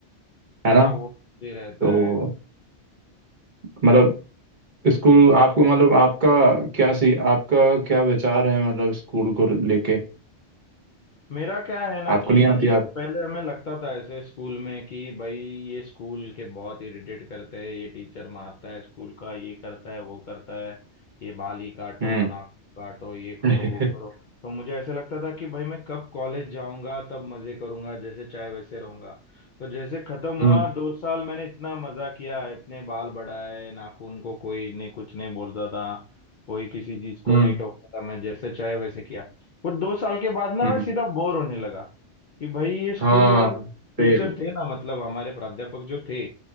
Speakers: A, on the right (about 45°); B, on the left (about 55°).
A: है ना
B: हाँ, वो भी रहता
A: तो
B: है
A: मतलब स्कूल आपको मतलब आपका क्या सी आपका क्या विचार है मतलब स्कूल को लेके
B: मेरा क्या है ना
A: आपको
B: कि
A: नहीं आती यार
B: पहले हमें लगता था ऐसे स्कूल में कि भाई ये स्कूल के बहुत इरिटेट करते हैं ये टीचर मारता है स्कूल का ये करता है वो करता है ये बाल ही काटो
A: हम्म
B: नाक काटो ये करो
A: <laughs>
B: वो करो तो मुझे ऐसे लगता था कि भाई मैं कब कॉलेज जाऊंगा तब मजे करूंगा जैसे चाहे वैसे रहूंगा तो जैसे खत्म हुआ
A: हम्म
B: दो साल मैंने इतना मजा किया इतने बाल बढ़ाए नाखून को कोई नहीं कुछ नहीं बोलता था कोई किसी चीज को
A: हम्म
B: नहीं टोकता था मैं जैसे चाहे वैसे किया वो दो साल के बाद ना
A: हम्म
B: मैं सीधा बोर होने लगा कि भाई ये स्कूल
A: हाँ
B: वाले टीचर
A: सेम
B: थे ना मतलब हमारे प्राध्यापक जो थे